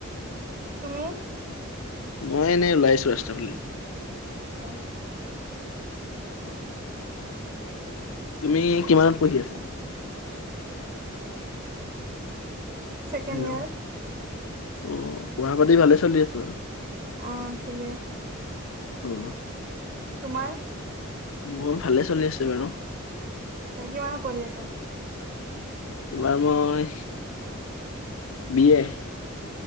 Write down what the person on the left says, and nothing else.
মই এনেই ওলাই আহিছো ৰাস্তাৰ ফালে
তুমি কিমানত পঢ়ি আছা।
হেল্ল'
অ' পঢ়া-পাতি ভালে চলি আছে বাৰু।
উম'।
মোৰ ভালে চলি আছে বাৰু।
এইবাৰ মই বি‌ এ।